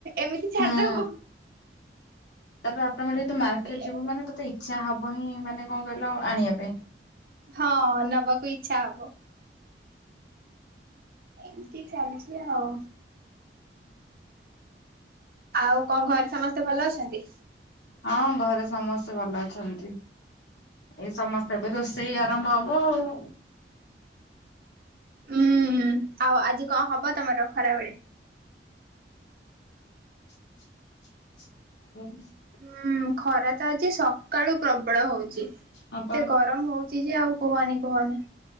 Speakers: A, on the right; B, on the left.
A: ଏମିତି ଛାଡିଦବୁ।
B: ହୁଁ। ତାପରେ ଅଟୋମେଟିକ୍ ତୁ ମାର୍କେଟ
A: ସେଇଆ
B: ଯିବୁ
A: ଗୋଟେ
B: ମାନେ ତତେ ଇଚ୍ଛା ହବ ହିଁ ମାନେ କଣ କହିଲ ଆଣିବା ପାଇଁ।
A: ହଁ ନବାକୁ ଇଚ୍ଛା ହବ। ଏମତି ଚାଲିଚି ଆଉ। ଆଉ କଣ ଘରେ ସମସ୍ତେ ଭଲ ଅଛନ୍ତି?
B: ହଁ ଘରେ ସମସ୍ତେ ଭଲ ଅଛନ୍ତି। ଏ ସମସ୍ତେ ଏବେ ରୋଷେଇ ଆରମ୍ଭ ହବ ଆଉ।
A: ଉଁ ଆଉ ଆଜି କଣ ହବ ତମର ଖରାବେଳେ?
B: <inaudible>
A: ହୁଁ ଖରା ତ ଆଜି ସକାଳୁ ପ୍ରବଳ ହଉଚି।
B: ହଁ ପା।
A: ଗରମ ହଉଚି ଯେ ଆଉ କୁହନି କୁହନି।